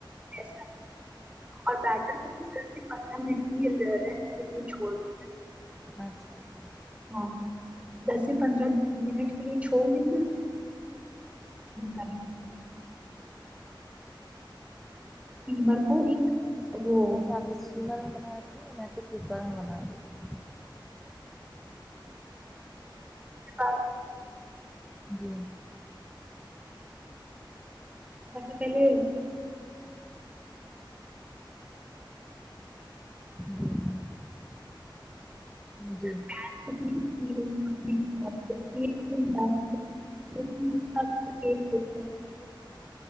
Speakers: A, on the right; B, in the centre.
A: ا اور بیٹر کو پھر دس سے پندرہ منٹ کے ریسٹ کے لیے چھوڑ دی
B: اچھا اچھا
A: ہاں دس سے پندرہ منٹ کے لیے چھوڑ دیں گے کریں گے مر کو ایک وہ
B: اچسا آپ شیمر میں ب میں تو کوکر میں بنا دی تھی
A: ااں
B: جی
A: سب سے پہلے
B: جی جی
A: <inaudible>
B: جی